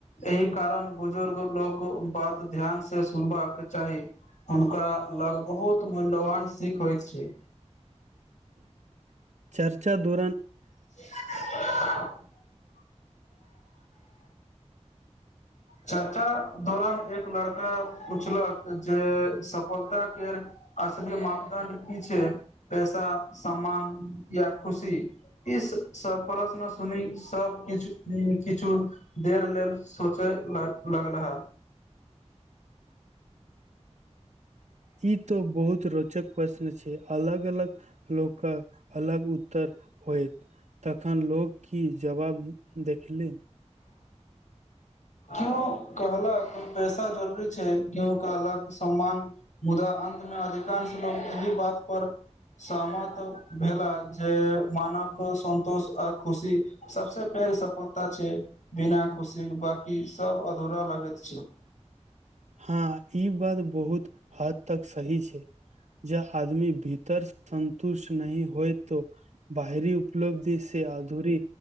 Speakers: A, on the left (about 90°); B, on the right (about 70°).
A: एहि कारण बुजुर्ग लोक बात ध्यानसँ सुन- बाक चाही हुनका लग बहुत मूल्यवान सीख होइत छै
B: चर्चा दौरान
A: <unintelligible> चर्चा दौरान एक लड़का पुछलक जे सफलता केर असली मापदंड की छै पैसा सम्मान या खुशी ई प्रश्न सुनी सब किछु नै किछु देर लेल सोंचैय लग लगलाह
B: ई त बहुत रोचक प्रश्न छै अलग-अलग लोकक अलग उत्तर होयत तखन लोक की जवाब देखलिन
A: क्यो कहलैथ पैसा जरुरी छै क्यो कहलैथ सम्मान मुदा अंतमे अधिकांश लोक एहि बात पर सहमत भेलाह जे मानवक संतोष आ खुशी सबसँ पहिले सफलता छै बिना खुशीक बाकी सभ अधूरा लगैत छै
B: हँ ई बात बहुत हद तक सही छै जहा आदमी भीतर सन्तुष्ट नहि होयत तऽ बाहरी उपलब्धि सँ अधूरी